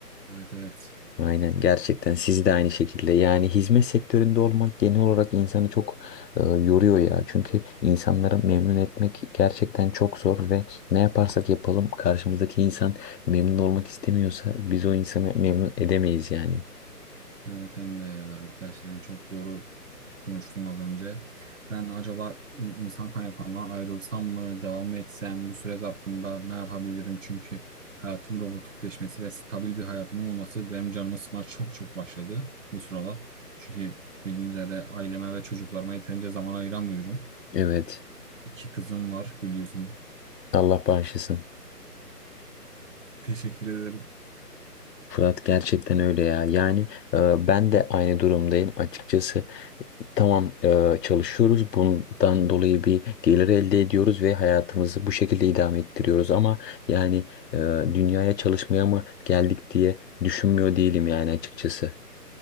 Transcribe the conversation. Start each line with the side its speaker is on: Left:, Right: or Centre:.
Right: Evet evet.
Left: Aynen gerçekten siz de aynı şekilde yani hizmet sektöründe olmak genel olarak insanı çok e, yoruyor ya. Çünkü insanları memnun etmek gerçekten çok zor ve ne yaparsak yapalım karşımızdaki insan memnun olmak istemiyorsa biz o insanı memnun edemeyiz yani.
Right: Evet Emre ya. Gerçekten çok doğru konuştun az önce. Ben acaba in- insan kaynaklarından ayrılsam mı? Devam mı etsem? Bu süre zarfında ne yapabilirim? Çünkü hayatım robotikleşmesi ve stabil bir hayatımın olması benim canımı sıkmaya çok çok başladı bu sıralar. Çünkü bildiğiniz üzere aileme ve çocuklarıma yeterince zaman ayıramıyorum.
Left: Evet.
Right: İki kızım var biliyorsun.
Left: Allah bağışlasın.
Right: Teşekkür ederim.
Left: Fırat gerçekten öyle ya. Yani e, ben de aynı durumdayım açıkçası. Tamam e, çalışıyoruz. Bundan dolayı bir gelir elde ediyoruz ve hayatımızı bu şekilde idame ettiriyoruz. Ama yani e, dünyaya çalışmaya mı geldik diye düşünmüyor değilim yani açıkçası.